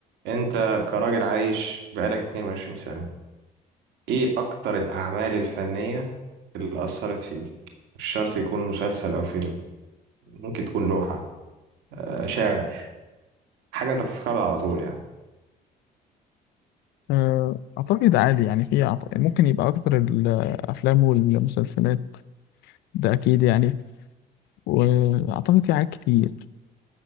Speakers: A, on the right (about 85°); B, on the left (about 80°).
A: انت كراجل عايش بقالك 22 سنة ايه اكتر الاعمال الفنية اللي اثرت فيك مش شرط يكون مسلسل او فيلم ممكن تكون لوحة آه، شاعر حاجة انت بتفتكرها على طول يعني
B: أه، أعتقد عادي يعني في أعت- ممكن يبقى أكتر الأفلام والمسلسلات ده أكيد يعني وأعتقد في حاجات كتير